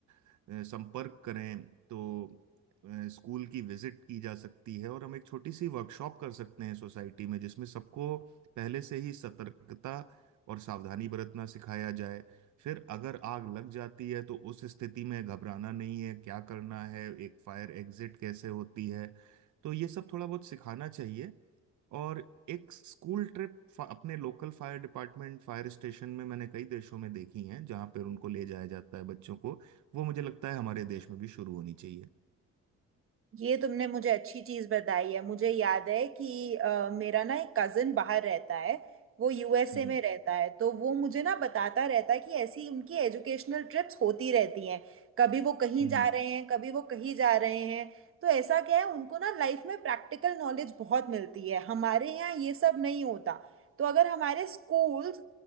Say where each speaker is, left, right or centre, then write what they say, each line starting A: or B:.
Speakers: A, on the right; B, on the right.
A: अ, संपर्क करें तो अ, स्कूल की विजिट की जा सकती है और हम एक छोटी सी वर्कशॉप कर सकते हैं सोसाइटी में जिसमें सबको पहले से ही सतर्कता और सावधानी बरतना सिखाया जाए फिर अगर आग लग जाती है तो उस स्थिति में घबराना नहीं है क्या करना है एक फायर एग्जिट कैसे होती है तो ये सब थोड़ा बहुत सिखाना चाहिए और एक स्कूल ट्रिप अपने local fire department fire station में मैंने कई देशों में देखी हैं जहां पर उनको ले जाया जाता है बच्चों को वो मुझे लगता है हमारे देश में भी शुरू होनी चाहिए
B: ये तुमने मुझे अच्छी चीज बताई है मुझे याद है कि अ, मेरा ना एक कजिन बाहर रहता है वो यूएसए
A: हम्म
B: में रहता है तो वो मुझे ना बताता रहता है कि ऐसी उनकी एजुकेशनल ट्रिप्स होती रहती हैं कभी वो कहीं
A: हम्म
B: जा रहे हैं कभी वो कहीं जा रहे हैं तो ऐसा क्या है उनको ना लाइफ में प्रैक्टिकल नॉलेज बहुत मिलती है हमारे यहाँ ये सब नहीं होता तो अगर हमारे स्कूल्स